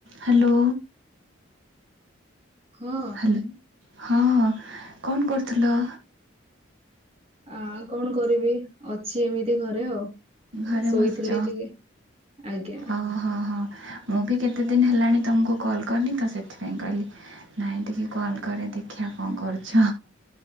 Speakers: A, on the right (about 70°); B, on the right (about 30°).
A: Hello.
B: ହଁ
A: hello ହଁ କଣ କରୁଥିଲ?
B: ଆ କଣ କରିବି ଅଛି ଏମିତି ଘରେ ଆଉ।
A: ଘରେ
B: ଶୋଇଥିଲି
A: ବସିଛ
B: ଟିକେ ଆଜ୍ଞା।
A: ଓହୋ ହଁ ହଁ ମୁଁ ବି କେତେ ଦିନ ହେଲାଣି ତମକୁ କଲ୍ କରିନି ତ ସେଥିପାଇଁ କହିଲି। ନାଇଁ ଟିକେ କଲ୍ କରେ ଦେଖିଆ କଣ କରୁଚ।